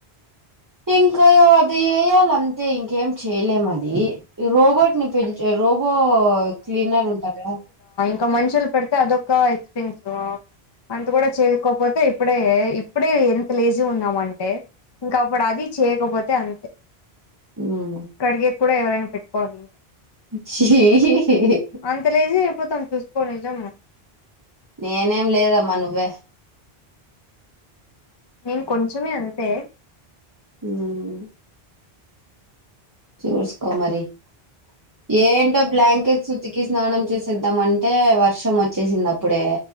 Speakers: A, on the right; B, on the left.
A: ఇంకా అది వేయాలి అంతే ఇంకేం చేయలేమని ది రోబోట్ ని పె రోబో క్లీనర్ ఉంటారా
B: ఒక మనుషులు పెడితే అదొక ఎక్స్పీరియన్స్ అంత కూడా చేయకోపోతే ఇప్పుడే ఇప్పుడే ఎంత లేజీ ఉన్నాము అంటే ఇంకా అప్పుడు అది చేయకపోతే అం
A: ఉమ్
B: కడిగేకి కూడా ఎవరైనా పెట్టుకోవాలి ఇంకా
A: హ
B: అంత లేజీ అయిపోతాం చూసుకో నిజము
A: నేనేం లేదమ్మా నువ్వే
B: నేను కొంచమే అంతే
A: మ్ చూస్కో మరి ఏంటో బ్లాంకెట్ ఉతికి స్నానం చేసేద్దాం అంటే వర్షం వచ్చేసింది అప్పుడే